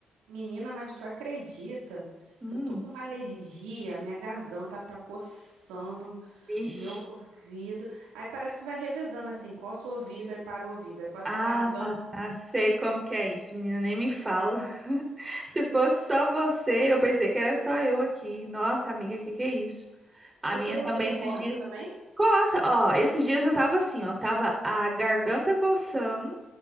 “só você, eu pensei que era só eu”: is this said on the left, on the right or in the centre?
Right